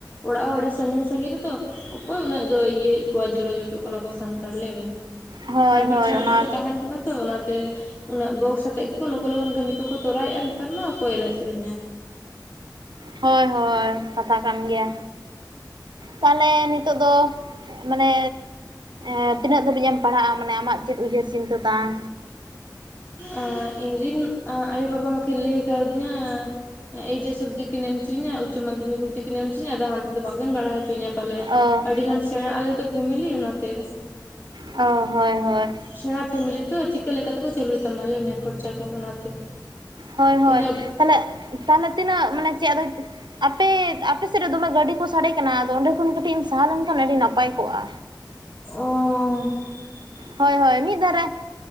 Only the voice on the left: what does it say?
ᱚᱲᱟᱜ ᱦᱚᱸ ᱟᱹᱰᱤ ᱥᱟᱺᱜᱤᱧ ᱥᱟᱺᱜᱤᱧ ᱨᱮᱛᱚ ᱚᱠᱚᱭ ᱩᱱᱟᱹᱜ ᱫᱚᱭ ᱤᱭᱟᱹᱭᱮᱫ ᱠᱚᱣᱟ ᱡᱚᱲᱚ ᱡᱚᱴᱚᱜ ᱠᱟᱱᱟ ᱠᱚ ᱥᱟᱱᱛᱟᱲ ᱞᱟᱹᱭ ᱢᱮ
ᱪᱷᱟᱲᱵᱤᱲ
ᱪᱷᱟᱲᱵᱤᱲ
ᱠᱚ ᱛᱟᱸᱦᱮᱱ ᱠᱟᱱᱟ ᱛᱚ ᱚᱱᱟ ᱛᱮ ᱩᱱᱟᱹᱜ ᱵᱚᱠᱥ ᱟᱛᱮᱜ ᱜᱮᱠᱚ ᱞᱚᱜᱚᱱ ᱞᱚᱜᱚᱱ ᱠᱟᱹᱢᱤ ᱠᱚᱠᱚ ᱛᱚᱨᱟᱭᱮᱫᱼᱟ ᱱᱮᱛᱟᱨ ᱢᱟ ᱟᱠᱚᱭ ᱮᱱᱮᱡ ᱥᱮᱨᱮᱧᱟ
ᱟ ᱤᱧᱨᱮᱧ ᱟᱭᱳ ᱵᱟᱵᱟ ᱢᱟᱠᱤᱱ ᱞᱟᱹᱭ ᱠᱟᱣᱫᱤᱧᱟ ᱮᱭᱤᱪ ᱮᱥ ᱚᱵᱫᱤ ᱠᱤᱱ ᱮᱢ ᱦᱚᱪᱚᱧᱟ ᱩᱪᱪᱚ ᱢᱟᱫᱷᱚᱢᱤᱠ ᱚᱵᱫᱤ ᱠᱤᱱ ᱮᱢ ᱦᱚᱪᱚᱧᱟ ᱟᱫᱚ ᱦᱟᱱᱛᱮ ᱫᱚ ᱵᱟᱠᱤᱱ ᱯᱟᱲᱦᱟᱣ ᱦᱚᱪᱚᱧᱟ ᱯᱟᱞᱮ
ᱟᱹᱰᱤ ᱜᱟᱱ ᱥᱮᱬᱟ ᱟᱞᱮ ᱛᱚ ᱯᱷᱮᱢᱮᱞᱤ ᱚᱱᱟ ᱛᱮ
ᱥᱮᱬᱟ ᱯᱷᱮᱢᱮᱞᱤ ᱛᱚ ᱪᱤᱠᱟᱹ ᱞᱮᱠᱟ ᱛᱮᱠᱚ ᱪᱟᱹᱞᱩᱭ ᱛᱟᱢᱟ ᱞᱟᱹᱭᱢᱮ ᱠᱷᱚᱨᱪᱟ ᱠᱚ ᱚᱱᱟᱛᱮ
ᱤᱱᱟᱹ
ᱚᱻ